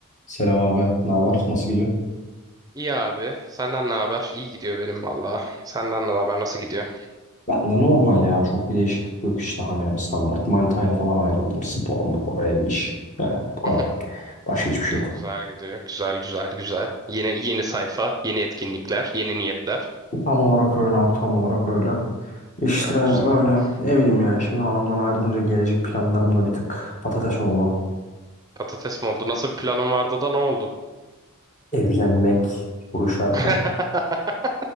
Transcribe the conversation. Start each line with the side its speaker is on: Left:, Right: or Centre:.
Left: Selam abi. Ne var? Nasıl gidiyor?
Right: İyi abi. Senden ne haber? İyi gidiyor benim valla. Senden ne haber? Nasıl gidiyor?
Left: Ben de normal ya. Çok bir değişiklik yok işte hani standart. Manitayla falan ayrıldım. Spor, spor, ev, iş. Yani bu kadar.
Right: <laughs>
Left: Başka hiçbir şey
Right: İyi
Left: yok.
Right: güzel gidiyor. Güzel güzel güzel. Yeni yeni sayfa, yeni etkinlikler, yeni niyetler.
Left: Tam olarak öyle abi. Tam olarak öyle. İşte
Right: Çok
Left: öyle.
Right: güzel abi.
Left: Ne bileyim ya. Şimdi hanımdan ayrılınca gelecek planlarım da bir tık patates oldu.
Right: Patates mi oldu? Nasıl bir planın vardı da ne oldu?
Left: Evlenmek soru işareti.
Right: <laughs>